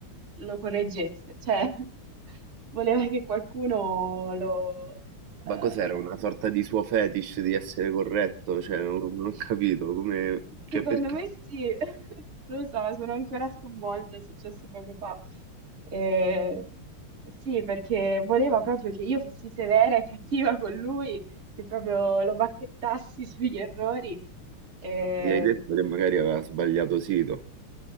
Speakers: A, on the right; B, on the right.
A: lo correggesse, cioè <laughs> voleva che qualcuno lo, eh,
B: ma cos'era? Una sorta di suo fetish di essere corretto? Cioè, non, non ho capito come... Cioè,
A: Secondo
B: perché?
A: me sì, <laughs> lo so, sono ancora sconvolta, è successo poco fa. Eh, sì, perché voleva proprio che io fossi severa e cattiva con lui, che proprio lo bacchettassi <laughs> sugli errori. Eh,
B: Ma Gli hai detto che magari aveva sbagliato sito.